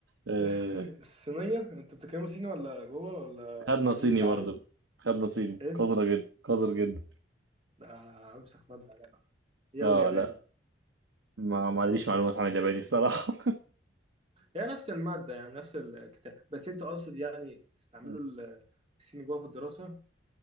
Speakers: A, on the right (about 70°); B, on the right (about 30°).
A: آه
B: <laughs> الصينيه انت بتتكلموا صيني ولا جوه ولا
A: خدنا صيني
B: ايزي
A: برضه
B: عربي
A: خدنا صيني
B: ايه
A: قذره جدا قذر جدا
B: ده امسخ ماده عليها. هي
A: اه
B: والياباني
A: لا ما ما عنديش معلومات عن الياباني الصراحه
B: هي نفس الماده يعني نفس الكتاب بس انت اقصد يعني تستعملوا
A: <laughs>
B: ال- الصيني جوه في الدراسه